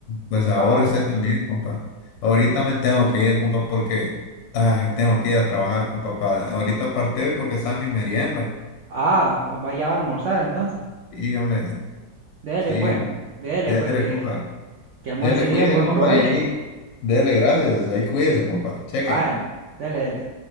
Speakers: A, on the left; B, on the right.
A: Pues ahorre
B: cabal.
A: usted también, compa. Ahorita me tengo que ir, compa, porque ay, tengo que ir a trabajar, compa. pa- Ahorita parte porque está mi merienda.
B: Ah, ah, vaya a almorzar entonces.
A: Y, hombre,
B: Dele,
A: sí,
B: pues. Dele,
A: dele,
B: pues, que,
A: compa.
B: que almuerce
A: Dele,
B: bien,
A: cuídese,
B: buen
A: compa,
B: provecho.
A: y ahí. Dele, gracias. Ahí cuídese, compa. Cheque.
B: Vayan, dele, dele.